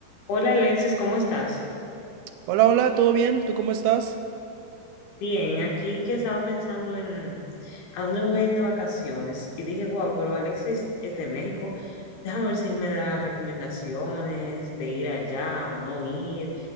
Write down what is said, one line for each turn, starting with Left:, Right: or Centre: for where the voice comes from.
Left: Hola Alexis, ¿cómo estás?
Right: Hola, hola, ¿todo bien? ¿Tú cómo estás?
Left: Bien, aquí que estaba pensando en a dónde me voy a ir de vacaciones y dije, wow, pero Alexis es de México, déjame ver si él me da recomendaciones de ir allá o no ir,